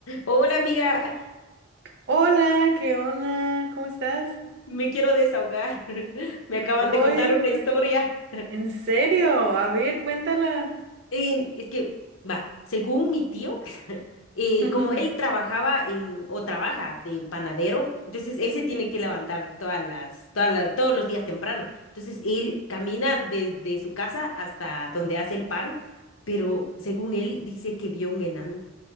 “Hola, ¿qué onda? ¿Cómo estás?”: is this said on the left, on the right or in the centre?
Right